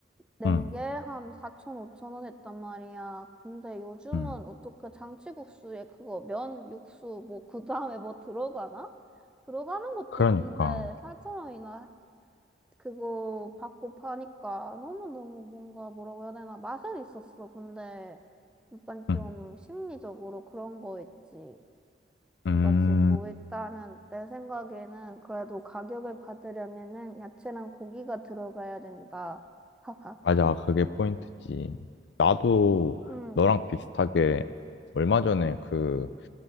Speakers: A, in the centre; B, on the left (about 65°).
A: 낸
B: 음,
A: 게 한 4,000, 5,000원 했단 말이야. 근데 요즘은
B: 음.
A: 어떻게 잔치국수에 그거 면, 육수, 뭐, 그 다음에 뭐 들어가나? 들어가는 것도
B: 그러니까.
A: 없는데, 8,000원이나 그거 받고 파니까 너무너무 뭔가 뭐라고 해야 되나 맛은 있었어. 근데 약간
B: 음,
A: 좀 심리적으로 그런 거 있지.
B: 음,
A: 그래가지고 일단은 내 생각에는 그래도 가격을 받으려면은 야채랑 고기가 들어가야 된다. <laughs> 하하.
B: 맞아. 그게 포인트지. 나도
A: 응.
B: 너랑 비슷하게 얼마 전에 그,